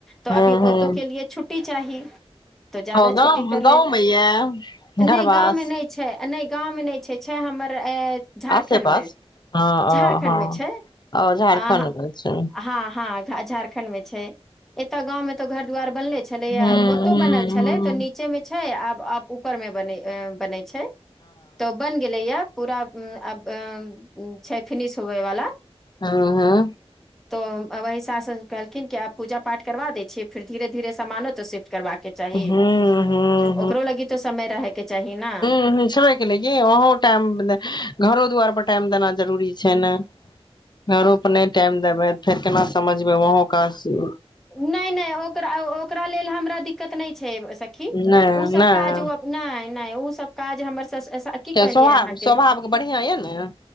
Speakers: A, in the centre; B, on the left.
A: तऽ
B: हँ
A: अभी
B: हँ
A: ओऔतो के लिए छुट्टी चाही तऽ जादा
B: ओ गाम
A: छुट्टी कर
B: गाँवमे
A: लेल
B: यए घरवास
A: नहि गाँव मे नहि छै नहि गाँवमे नहि छै छै हमर अ झारखण्डमे
B: आसे पास हँ
A: झारखण्डमे
B: ओ हँ
A: छै
B: ओ झारखण्ड
A: अ हँ
B: मे छै
A: हँ झारखण्ड खंड मे छै एतय गाँंव मे तो घर दुआर बनले छलेया
B: हूँ
A: ओतौ
B: हूँ
A: बनल छले
B: हूँ
A: तो नी बीचे मे छै आबअप ऊपर मे बने बने छै तऽ ओ बन गेले या पूरा अब छै फिनिश होबे वाला
B: हँ हँ
A: तो वही सासन कहलखिन कि आब पूजा पाठ कराबा देै छीयै फिर धीरे धीरे सामानो तऽ शिफ्ट करबाके चाही
B: हूँ हूँ
A: ओकरो लगी तो समय रहैके चाही ने
B: ह सभ <inaudible> ल वहहो टाइम घरो दुआर पर टाइम देना जरूरी छै ने घरो पर नहि टाइम देबै फेर केना समझबै वहों कासी
A: नहि नहि ओकरा ओकरा लेल हमरा दिक्कत नहि छै सखी
B: नहि
A: ओसब
B: नहि
A: काज ओ नहि नहि उ सब काज हमर ससुर सा की
B: किया
A: कहलियै
B: स्वभाव
A: अहाँके
B: स्वभाव के बढ़ियां ये ने